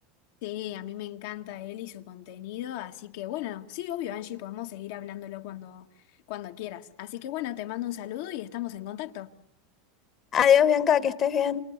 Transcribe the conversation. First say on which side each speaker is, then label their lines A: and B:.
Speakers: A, on the left; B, on the left.
A: Sí, a mí me encanta él y su contenido, así que, bueno, sí, obvio, Angie, podemos seguir hablándolo cuando, cuando quieras. Así que, bueno, te mando un saludo y estamos en contacto.
B: Adiós, Bianca, que estés bien.